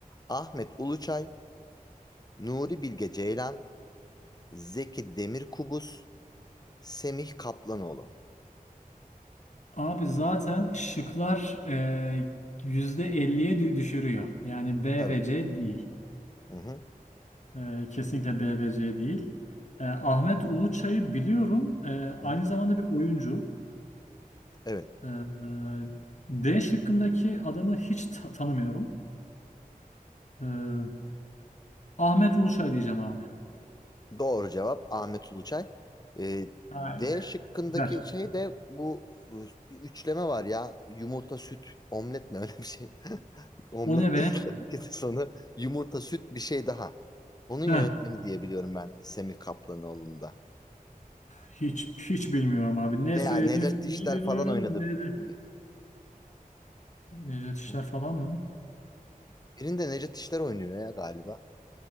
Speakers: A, on the left; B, on the left.
A: Ahmet Uluçay, Nuri Bilge Ceylan, Zeki Demirkubuz, Semih Kaplanoğlu.
B: Abi zaten şıklar e, yüzde elliye dü- düşürüyor. Yani B
A: Tabii.
B: ve C değil.
A: Hı hı.
B: Ee, kesinlikle BVC değil. Ee, Ahmet Uluçay'ı biliyorum. Ee,
A: Hı
B: aynı
A: hı.
B: zamanda bir oyuncu.
A: Evet.
B: Ee, D şıkkındaki adamı hiç ta- tanımıyorum. Ee, Ahmet Uluçay diyeceğim abi.
A: Doğru cevap Ahmet Uluçay. Ee, D
B: Aynen.
A: şıkkındaki
B: Güzel.
A: şey de bu e, bir üçleme var ya. Yumurta, süt, omlet mi <laughs> öyle bir şey? <laughs> Omlet
B: O ne be?
A: değil tabii ki de sonu. Yumurta, süt bir şey daha. Onun yönetmeni
B: Heh,
A: diye biliyorum ben Semih Kaplanoğlu'nda.
B: hiç hiç bilmiyorum abi. Ne
A: Ne
B: söylediğim
A: ya Necat
B: filmi
A: İşler
B: bilmiyorum.
A: falan oynadı.
B: Ne de
A: Bir-
B: Nejat İşler
A: Hı hı.
B: falan mı?
A: Birinde Necat İşler oynuyor ya galiba.